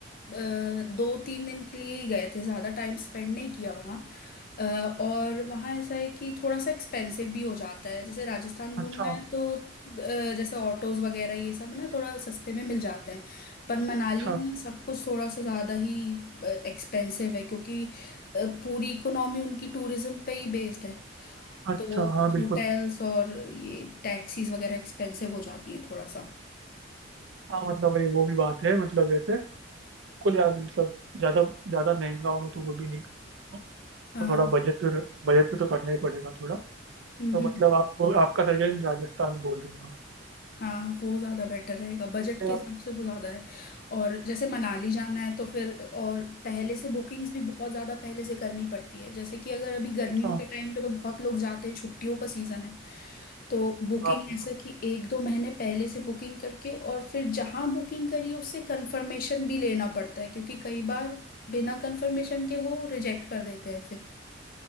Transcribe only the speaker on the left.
अ, दो तीन दिन के लिए ही गए थे ज़्यादा टाइम स्पेंड नहीं किया वहाँ अ, और वहाँ ऐसा है कि थोड़ा सा एक्सपेंसिव भी हो जाता है जैसे राजस्थान घूमना
है तो अ, जैसे ऑटोज वगैरह ये सब ना थोड़ा सस्ते में मिल जाते हैं पर मनाली
में सब कुछ थोड़ा सा ज़्यादा ही एक्सपेंसिव है क्योंकि अ, पूरी इकोनॉमी उनकी टूरिज्म पे ही बेस्ड है
तो
होटल्स और ये टैक्सीज वगैरह एक्सपेंसिव हो जाती हैं थोड़ा सा
हाँ
हम्म हम्म,
हाँ वो ज़्यादा बेटर रहेगा बजट
के
हिसाब से वो ज़्यादा है और जैसे मनाली जाना है तो फिर और पहले से बुकिंग्स भी बहुत ज़्यादा पहले से करनी पड़ती है जैसे कि अगर अभी गर्मियों
के टाइम पे तो बहुत लोग जाते हैं छुट्टियों का सीज़न है तो बुकिंग
ऐसे कि एक दो महीने पहले से बुकिंग करके और फिर जहाँ बुकिंग करी उससे कंफर्मेशन भी लेना पड़ता है क्योंकि कई बार बिना कंफर्मेशन के वो रिजेक्ट कर देते हैं फिर